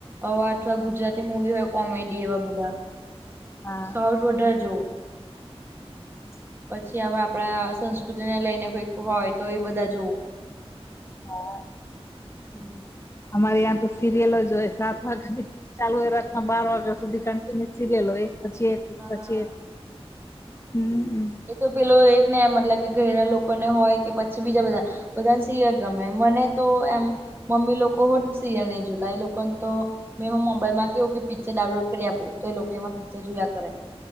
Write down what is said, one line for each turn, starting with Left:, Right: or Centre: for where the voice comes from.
Right: આવા અથવા ગુજરાતી મુવી હોય કોમેડી એવા બધા
Left: હા
Right: સાઉથ વધાર જોઉં.
Left: <inaudible>
Right: પછી આવા આપડા સંસ્કૃતિને લઈને કોઈક હોય તો એ બધા જોવું.
Left: હા.
Right: હમ્મ.
Left: અમારે ત્યાં તો સિરિલ જ હોય સાત વાગ્યા ની ટી વી ચાલુ હોય રાતના બાર વાગ્યા સુધી કન્ટિન્યુ સિરિયલો એક પછી એક એક
Right: હા
Left: પછી એક હમ્મ.
Right: એ તો પેલો એ જ ને મતલબ કે ઘઈડા લોકોને હોય કે પછી બીજા બધા બધાને સીરિયલ ગમે મને તો એમ મમ્મી લોકો હો સીરિયલ નહી જોતા એ લોક કોમ તો મેં હું મોબાઈલ માં કેવું કે પિક્ચર ડાઉનલોડ કરી આપું તો એ લોકો એમાં પિક્ચર જોયા કરે.